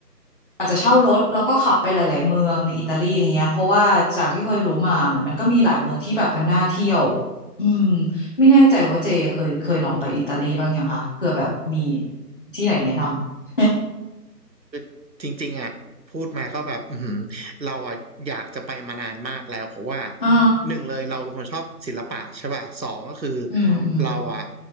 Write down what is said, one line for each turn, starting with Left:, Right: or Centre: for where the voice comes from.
Left: อาจจะเช่ารถแล้วก็ขับไปหลายๆเมืองในอิตาลีอะไรเงี้ยเพราะว่าจากที่เคยรู้มาเหมือนมันก็มีหลายเมืองที่แบบมันน่าเที่ยวอืมไม่แน่ใจว่าเจเคยเคยลองไปอิตาลีบ้างยังคะเผื่อแบบมีที่ไหนแนะนำ
Right: คือจริงๆอ่ะพูดมาก็แบบอือหือเราอ่ะอยากจะไปมานานมากแล้วเพราะว่า
Left: <laughs> อ่า
Right: หนึ่งเลยเราเป็นคนชอบศิลปะใช่ป่ะสองก็คือ
Left: อืมอืม
Right: เราอ่ะ